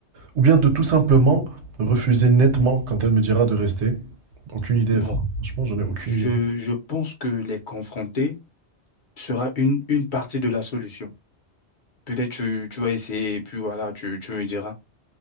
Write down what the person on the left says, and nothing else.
Bon,
je,
je pense que les confronter sera une, une partie de la solution. Peut-être tu, tu vas essayer et puis voilà, tu, tu me diras